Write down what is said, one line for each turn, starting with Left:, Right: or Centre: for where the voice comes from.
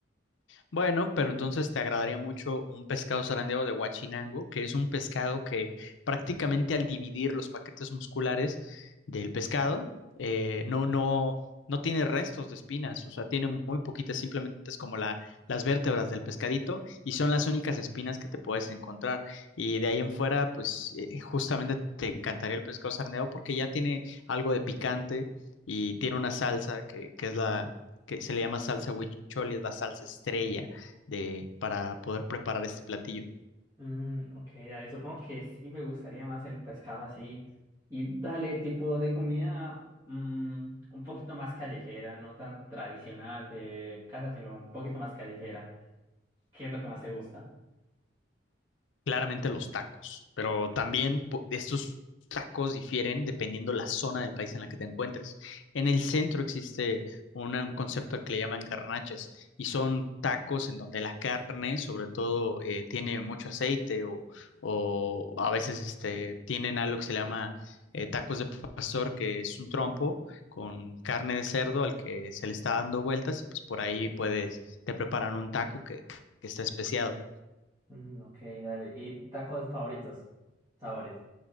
Left: Bueno, pero entonces te agradaría mucho un pescado zarandeado de Huachinango, que es un pescado que prácticamente al dividir los paquetes musculares del pescado, eh, no, no, no tiene restos de espinas, o sea, tiene muy poquitas, simplemente es como la, las vértebras del pescadito y son las únicas espinas que te puedes encontrar. Y de ahí en fuera, pues eh, justamente te encantaría el pescado zarandeado porque ya tiene algo de picante y tiene una salsa que, que es la que se le llama salsa huichol y es la salsa estrella de, para poder preparar este platillo.
Right: Mm, ok, dale, supongo que sí me gustaría más el pescado así. Y dale, tipo de comida mm, un poquito más callejera, no tan tradicional de casa, sino un poquito más callejera. ¿Qué es lo que más te gusta?
Left: Claramente los tacos, pero también po- estos tacos difieren dependiendo la zona del país en la que te encuentres. En el centro existe un un concepto al que le llaman garnachas y son tacos en donde la carne, sobre todo, eh, tiene mucho aceite o, o a veces este, tienen algo que se llama eh, tacos de pastor, que es un trompo con carne de cerdo al que se le está dando vueltas y pues por ahí puedes, te preparan un taco que, que está especiado.
Right: Mm, ok, dale. ¿Y tacos favoritos? Sabores.